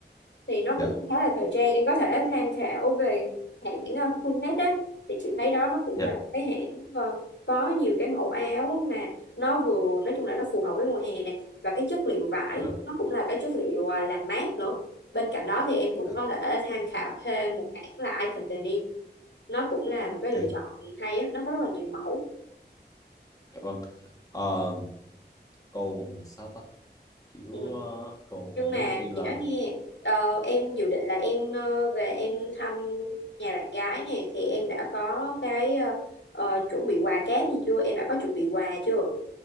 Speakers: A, on the left; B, on the left.
A: thì nó
B: dạ
A: cũng khá là thời trang em có thể tham khảo về hãng ờ, Fullnet á thì chị thấy đó nó cũng
B: Dạ.
A: là một cái hãng ờ, có nhiều cái mẫu áo mà nó vừa nói chung là nó phù hợp với mùa hè nè và cái chất liệu vải
B: rồi
A: nó cũng là cái chất liệu ờ, làm mát nữa bên cạnh đó thì em cũng
B: dạ,
A: có thể tham khảo thêm một hãng là Icon Denim nó cũng là một
B: ok
A: cái lựa chọn hay á nó có rất là nhiều mẫu
B: dạ vâng Ờ, còn sao ta kiểu
A: ừ.
B: ờ, còn
A: nhưng mà
B: ví dụ như là
A: chị nói nghe ờ, em dự định là em ờ, về em thăm nhà bạn gái nè thì em đã có cái ờ, ờ, chuẩn bị quà cáp gì chưa em đã có chuẩn bị quà chưa